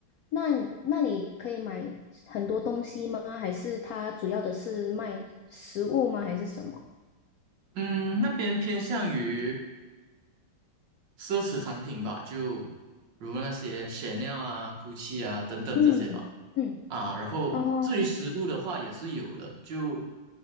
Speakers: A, on the left (about 80°); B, on the right (about 65°).
A: 那那里可以买很多东西吗？还是它主要的是卖食物吗？还是什么？
B: 嗯，那边偏向于奢侈产品吧，就如那些 Chanel 啊、GUCCI 啊等等这些吧。
A: 嗯嗯，
B: 啊，然后至于食物的话也是有的，
A: 哦，
B: 就